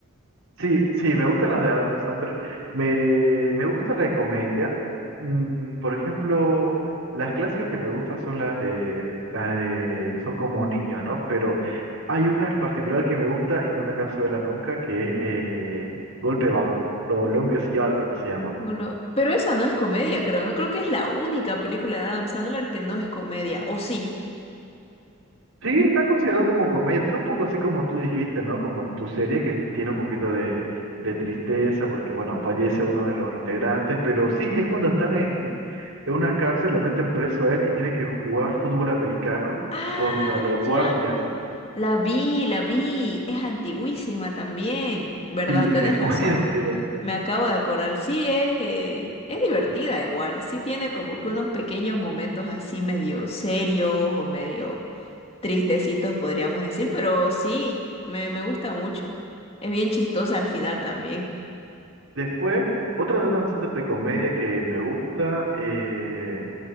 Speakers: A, on the right; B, on the left.
A: Sí, sí, me gustan las de Adam Sandler. Me, me gusta la de comedia. Mm, por ejemplo, las clásicas que me gustan son las de, las de, son como niños, ¿no? Pero hay una en particular que me gusta y no me canso de verla nunca, que es eh, Golpe Bajo, o Longest Yard creo que se llama.
B: Lo- Pero esa no es comedia, creo, ¿no? Creo que es la única película de Adam Sandler que no es comedia, ¿o sí?
A: Sí, está considerado como comedia. Tiene un poco así como tú dijiste, ¿no? Como tu serie que tiene un poquito de, de tristeza porque, bueno, fallece uno de los integrantes, pero sí, es cuando están en, en una cárcel, lo meten preso a él y tiene que jugar fútbol americano
B: Ah,
A: contra los guardias.
B: ya. La vi, la vi, es antiguísima también, ¿verdad?
A: Sí,
B: Tenés
A: es muy
B: razón,
A: <laughs> antiguo.
B: me acabo de acordar, sí, es, eh, es divertida igual, sí tiene como que unos pequeños momentos así medio serios o medio tristecitos podríamos decir, pero sí, me, me gusta mucho, es bien chistosa al final también.
A: Después, otra de Adam Sandler de comedia que me gusta eh,